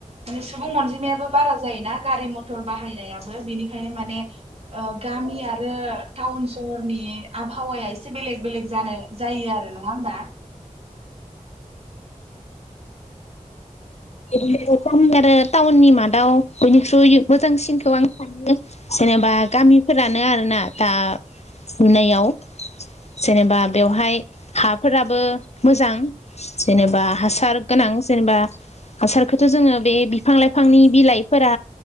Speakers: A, on the right (about 50°); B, on the left (about 50°).
A: माने सुबुं अनजि मायाबो बारा जायोना गारि मथर बाहायनायाबो बिनिखायनो माने ओ गामि आरो टाउन सहरनि आबहावाया एसे बेलेग बेलेग जानो जायो आरो नङा होमबा?
B: बिदिनो <unintelligible> आरो टाउननि मादाव बयनिख्रुइ मोजांसिनखौ आं सानो जेनोबा गामिफोरानो आरोना दा नुनायाव। जेऩबा बेवहाय
A: औ
B: हाफ फोराबो मोजां जेनोबा हासार गोनां जेनोबा हासारखौथ' जोङो बे बिफां लाइफांनि बिलाइफोरा